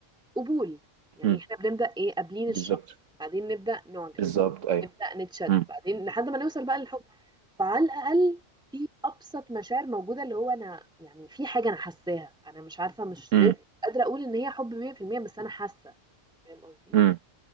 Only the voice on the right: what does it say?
مم.
بالظبط
بالظبط ايوه
مم.
مم.
مم.